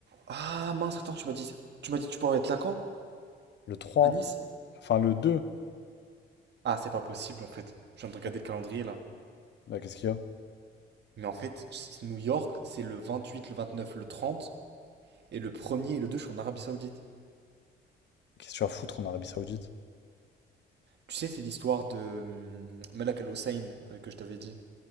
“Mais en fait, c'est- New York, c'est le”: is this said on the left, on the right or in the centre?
Right